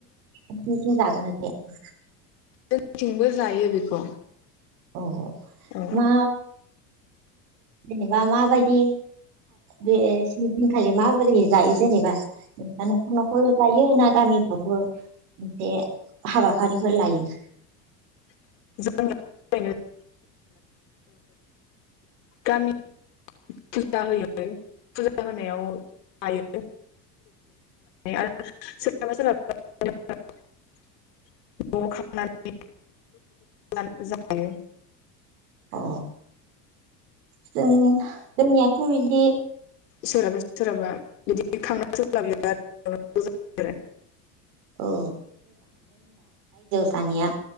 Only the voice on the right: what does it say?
<unintelligible> जागोन ना जाया?
औ
मा? जेनेबा लाबायदि बे दिनखालि माबोरै जायो जेनेबा न'खर न'खरल' जायो ना गामिफ्रावबो मोनसे हाबाफारिफोर लायो?
अ। जों जोंनियाथ' बिदि
औ दानिया